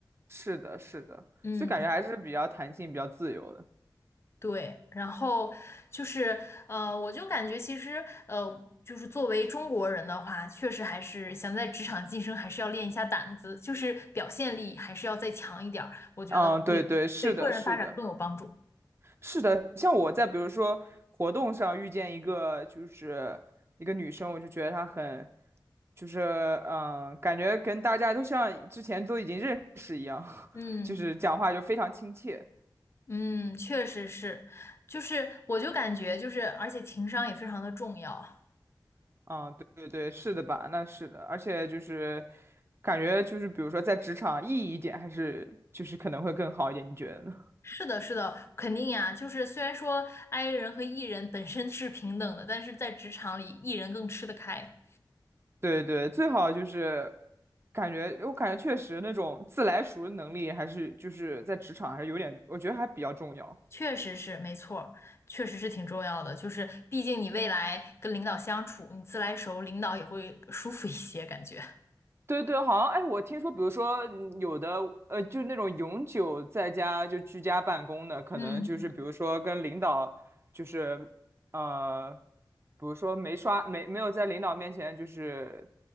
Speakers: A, on the right (about 30°); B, on the left (about 35°).
A: 是的，是的，
B: 嗯。
A: 所以感觉还是比较弹性、比较自由的。
B: 对，然后就是呃，我就感觉其实呃，就是作为中国人的话，确实还是想在职场晋升，还是要练一下胆子，就是表现力还是要再强一点儿，我觉得会
A: 嗯，对对，是的，
B: 对个人发展更有帮助。
A: 是的。是的，像我在比如说活动上遇见一个就是一个女生，我就觉得她很，就是嗯、呃感觉跟大家都像之前都已经认识一样，
B: 嗯
A: <laughs> 就是讲话就非常亲切。
B: 嗯，确实是，就是我就感觉就是，而且情商也非常的重要。
A: 嗯，对对对，是的吧？那是的，而且就是感觉就是比如说在职场意义一点，还是就是可能会更好一点，你觉得呢？<laughs>
B: 是的，是的，肯定呀。就是虽然说 i 人和 e 人本身是平等的，但是在职场里，e 人更吃得开。
A: 对对，最好就是感觉，我感觉确实那种自来熟的能力，还是就是在职场还是有点，我觉得还比较重要。
B: 确实是，没错儿，确实是挺重要的。就是毕竟你未来跟领导相处，你自来熟，领导也会舒服一些，感觉。
A: 对对，好像哎，我听说，比如说嗯有的呃，就是那种永久在家就居家办公的，可能就是比如说跟领导，
B: <laughs> 嗯，
A: 就是呃，比如说没刷没没有在领导面前就是